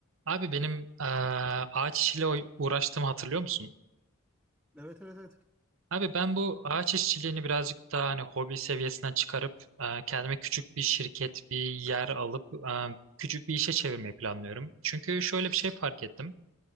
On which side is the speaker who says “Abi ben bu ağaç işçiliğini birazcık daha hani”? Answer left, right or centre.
Right